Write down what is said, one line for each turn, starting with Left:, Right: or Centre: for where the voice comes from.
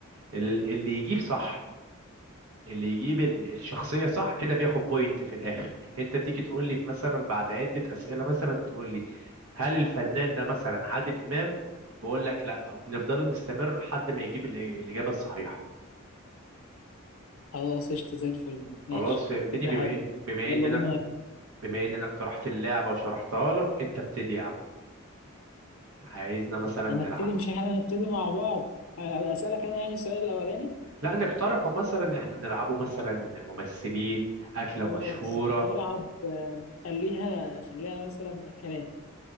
Right: ال- اللي يجيب صح اللي يجيب ال- الشخصية صح كده بياخد بوينت في الآخر انت بتيجي تقول لي في مثلا بعد عدة أسئلة مثلا تقول لي هل الفنان ده مثلا عادل إمام بقول لك لا وبنفضل نستمر لحد ما يجيب ال- الإجابة الصحيحة
Left: خلاص قشطة زي الفل ماشي
Right: خلاص فهمتني
Left: فكرة
Right: بما
Left: حلوة
Right: إيه، بما
Left: يلا
Right: ان انا
Left: بينا
Right: بما ان انا اقترحت اللعبة وشرحتها لك انت ابتدي يا عم عايزنا مثلا
Left: هنبتدي
Right: نلعب
Left: مش احنا هنبتدي مع بعض اسألك انا يعني السؤال الاولاني
Right: لا نقترحه مثلا احنا نلعبه مثلا ممثلين أكلة
Left: خلاص
Right: مشهورة
Left: نلعب آه، خليها خليها مثلا اكلات